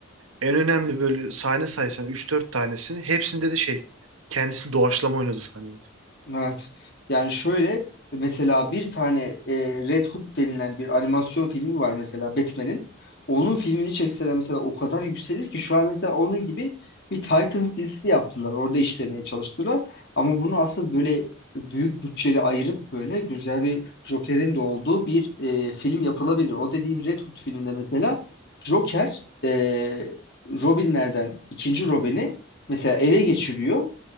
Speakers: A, on the right; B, on the left.
A: en önemli böyle sahne saysan üç dört tanesini hepsinde de şey kendisini doğaçlama oynadı sahnede.
B: Evet. Yani şöyle mesela bir tane e, Red Hood denilen bir animasyon filmi var mesela Batman'in. Onun filmini çekseler mesela o kadar yükselir ki şu an mesela onun gibi bir Titans dizisi yaptılar. Orada işlemeye çalıştılar. Ama bunu asıl böyle büyük bütçeli ayırıp böyle güzel bir Joker'in de olduğu bir e, film yapılabilir. O dediğim Red Hood filminde mesela Joker e, Robinlerden ikinci Robin'i mesela ele geçiriyor